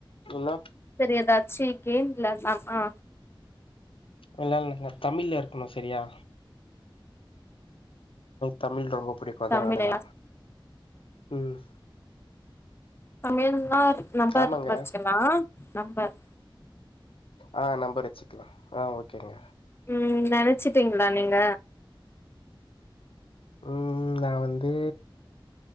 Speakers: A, on the left; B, on the left.
A: இல்ல
B: சேரி எதாச்சி கேம் வெளாட்லாமா
A: வெளாட்லாங்க தமிழ்ல இருக்கணு செரியா தமிழ் ரொம்ப புடிக்கும் அதுனாலதா
B: தமிழ்
A: ம்
B: தமிழ்னா நம்பர்
A: ஆமாங்க
B: வச்சுக்கலா நம்பர்
A: ஆ நம்பர் வச்சுக்கலா ஆ ஓகேங்க
B: ம் நெனச்சிட்டீங்களா நீங்க
A: ம் நா வந்து